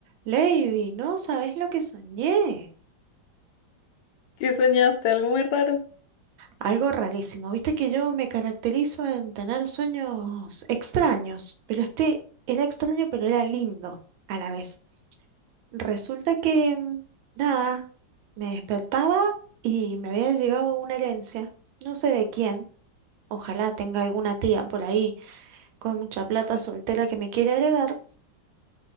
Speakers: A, on the right; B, on the left.
A: Lady, no sabes lo que soñé.
B: que soñaste algo muy raro.
A: Algo rarísimo. Viste que yo me caracterizo en tener sueños extraños, pero este era extraño, pero era lindo a la vez. Resulta que, mm, nada, me despertaba y me había llegado una herencia, no sé de quién. Ojalá tenga alguna tía por ahí con mucha plata soltera que me quiera heredar.